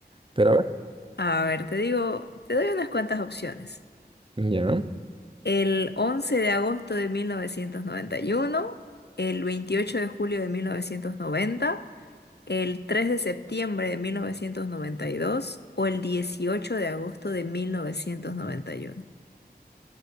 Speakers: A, on the right; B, on the left.
A: Pero a ver,
B: A ver, te digo, te doy unas cuantas opciones.
A: ya.
B: El 11 de agosto de 1991, el 28 de julio de 1990, el 3 de septiembre de 1992 o el 18 de agosto de 1991.